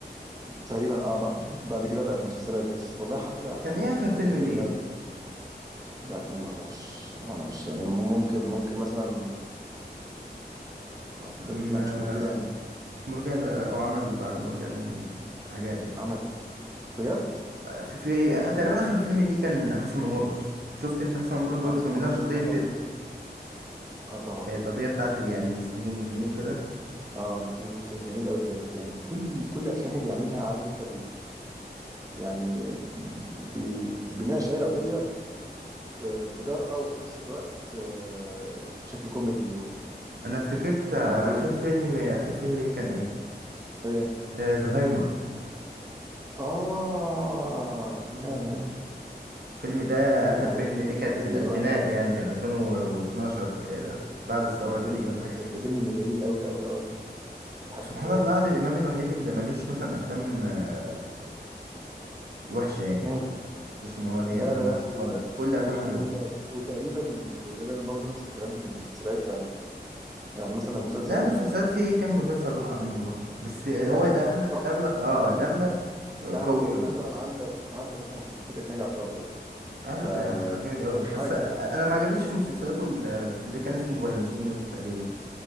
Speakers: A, on the right (about 20°); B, on the right (about 70°).
A: تقريبا اه بع- بعد كده بقت مسلسلات بس والله حتى حتى
B: كان ايه
A: مسلسلاته
B: اخر فيلم
A: كانت
B: ليه
A: جميله قوي لا انا ما اعرفش انا ما اعرفش يعني انا ممكن ممكن مثلا ما اعتقد
B: م-
A: لا مش مرجان
B: مش مرجان لا لا هو عمل بعد مرجان حاجات يعني
A: عمل بجد
B: آه، في, في تقريبا اخر فيلم ليه كان حسن ومرقص شفت انت حسن ومرقص برضه
A: اه اسمه
B: كان بيناقش
A: مرقص
B: قضيه
A: اه طبعا اه طبعا
B: القضية بتاعت ال- يعني المسيحيين والمسلمين وكده
A: اه كان كان جميل قوي بجد يعني كل كل افلامه بيعملها عارف انت بي يعني بي بيناقش اي قضيه ب- بجرأه وفي نفس الوقت آه، بشكل كوميدي و-
B: أنا افتكرت آه،
A: ومقبول
B: آخر فيلم آخر فيلم ليه كان إيه؟
A: ايه
B: آه، زهايمر
A: آه يا أنا
B: الفيلم ده
A: كنت-
B: آخر فيلم ليه كانت في الألفينات
A: أيوه أنا
B: يعني
A: كان
B: كان 2012 ك- بعد الثورة
A: كان فيلم
B: تقريبا حاجة
A: كان
B: زي كده
A: فيلم جميل أوي أوي أوي بحب
B: سبحان
A: الفيلم ده
B: الله
A: جدا
B: عادل إمام الوحيد اللي ملوش مثلا أفلام آه، وحشة يعني
A: مم.
B: ما مش إن هو ليه
A: لا
B: أفلام
A: لا لا
B: وحشة خالص
A: و...
B: كل أفلامه
A: وت... وت...
B: حلوة
A: وتقريبا وتقريبا برضه نفس الكلام للمسلسلات يعني يعني مثلا مسلسل
B: لا مسلسلات فيه كام مسلسل وقع منه برضه بس آه،
A: في
B: هو
A: الآخر
B: الأغلب
A: خالص صح؟
B: الأغلب آه الأغلب آه،
A: يعني
B: قوي أوي
A: مثلا عندك عندك مثلا فرقة ناجي عطا الله دي
B: اه لا
A: ده
B: ده جامد قوي
A: ده حاجة
B: بس انا ما عجبنيش في مسلسلاته ال- اللي كان اسمه فالنتينو ده تقريبا